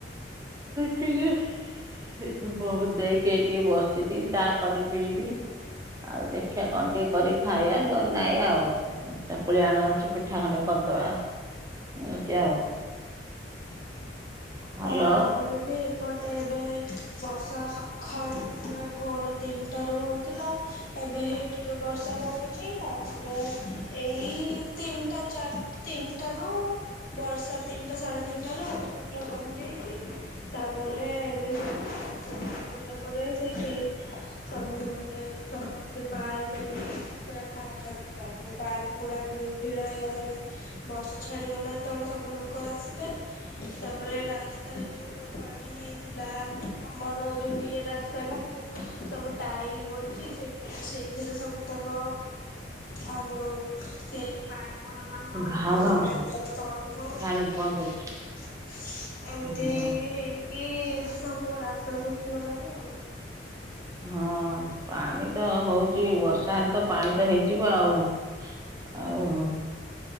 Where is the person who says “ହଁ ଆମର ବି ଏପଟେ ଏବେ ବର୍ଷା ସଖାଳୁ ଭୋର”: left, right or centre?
Left